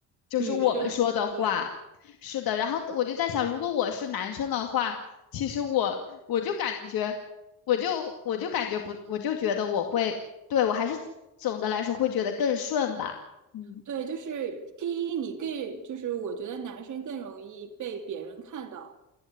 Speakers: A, on the left; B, on the right.
A: 就是我们说的话。
B: 女生。对。
A: 是的，然后我就在想，如果我是男生的话，其实我我就感觉，我就我就感觉不，我就觉得我会，对，我还是总的来说会觉得更顺吧。嗯，
B: 对，就是第一，你更就是我觉得男生更容易被别人看到，